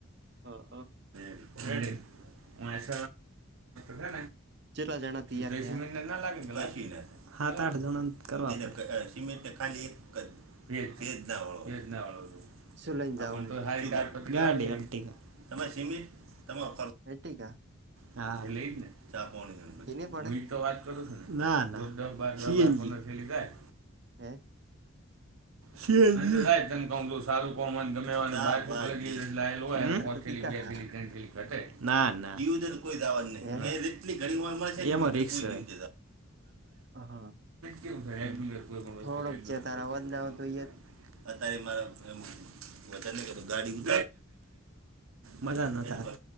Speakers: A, on the right (about 55°); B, on the right (about 80°).
A: હા હ
B: રેડી <inaudible> મસ્ત છે
A: કેટલા જણા તૈયાર
B: ને
A: થયા
B: સિમેન્ટ ને ન લાગે ને હાત આઠ જણોન કરવા પડે સિમેન્ટ ખાલી એક
A: હા
B: જ ભેજ ભેજ ના વાળો ભેજ ના વાળો હતો
A: શું લઈન જાઉ
B: આપણ
A: હે
B: તો સારી કાર ગાડી આપટીક તમાર સિમેન્ટ તમોર
A: હેટિકા
B: હા એટલે ઈ જ ને ચા પોણું
A: નઈ પડે
B: હું એ તો વાત કર સુ ને ના ના સીએનજી રોજ ન દસ બાર જન હોય તો પંદર થેલી થાય
A: હમ
B: સીએનજી <inaudible> સારું કોન હોય ગમે એવાને <inaudible>
A: એના
B: હમ
A: કરતા
B: પોચ થેલી
A: તીકા
B: બે
A: હારા
B: થેલી તયન થેલી ઘટે ના ના દીવ કોઈ ઝાવાનુ નહીં
A: હે
B: મે એટલી કડીવામા છે ને એમા રિસ્ક છે
A: હ હ
B: કેવું છે રેગ્યુલર કોઈ પણ
A: થોડોક
B: વસ્તુ રેગ્યુલર
A: ચેતાર
B: રોતી
A: તાર અવાજ
B: જાય
A: ન આવતું
B: રોતી અત્યારે મારા એમ અત્યારે ગાડી <unintelligible> મજા ન તાર